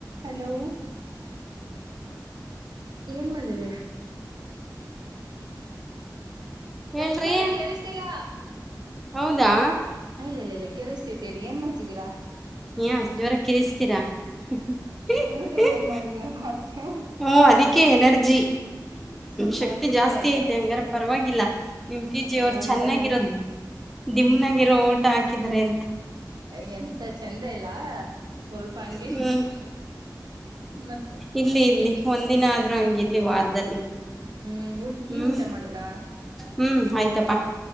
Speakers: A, on the right; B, in the centre.
A: Hello ಏನ್ ಮಾಡಿದ್ದೀರಾ
B: ಹೇಳ್ರಿ
A: ಲಷ್ಮೀಗೆ ಕೇಳ್ಸ್ತೀಲ
B: ಹೌದಾ
A: ಇಲ್ಲ ಇಲ್ಲ ಕೇಳಸ್ತೈತಿ ಹೇಳಿ ಏನ್ ಮಾಡ್ತಿದ್ದೀರಾ
B: ಐ ಜೋರಾಗಿ <unintelligible>
A: ಊಟ ಇವಾಗ ಮಾಡಿದೀನ ರಾತ್ರಿ
B: ಹುಂ ಅದಿಕ್ಕೆ ಎನರ್ಜಿ
A: ಸ್ವಲ್ಪ
B: ಶಕ್ತಿ
A: ಹೊತ್ತಿರ್ಲಿ
B: ಜಾಸ್ತಿ
A: ಅಂತಕ
B: ಐತೆ ಹಂಗಾರ ಪರವಾಗಿಲ್ಲ ನಿಮ್ಮ ಫ್ಯೂಚರ್
A: ಅಯ್ಯೋ
B: <unintelligible> ಅವ್ರು ಚೆನ್ನಾಗಿರೋ
A: ಇವಾಗಿರತ್
B: ದಿಮ್ನಾಗಿರೋ ಊಟ ಹಾಕಿದಿದ್ದಾರೆ ಅಂತ
A: ಯ ಎಂತ ಚೆಂದ ಇಲ್ಲ ಸ್ವಲ್ಪ ಹಂಗೆ
B: ಹ್ಮ್
A: ಮತ್ತೆ
B: ಇಲ್ಲಿ ಇಲ್ಲಿ
A: ಈ
B: ಒಂದಿನ ಆದ್ರೂ ಹಂಗಿರ್ಲಿ ವಾರದಲ್ಲಿ <inaudible>
A: ಹ್ಮ್
B: ಹ್ಮ್
A: ನೀವ್ ಊಟ ಮಾಡಿದ್ರಾ
B: ಹ್ಮ್ ಆಯ್ತಪ್ಪಾ